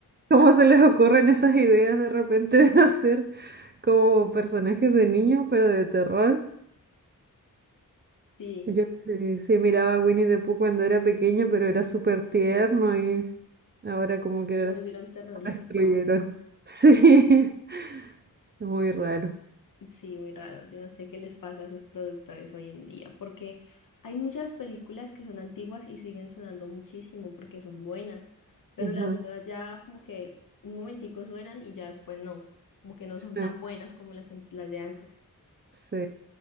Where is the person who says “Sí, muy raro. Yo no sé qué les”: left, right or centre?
Left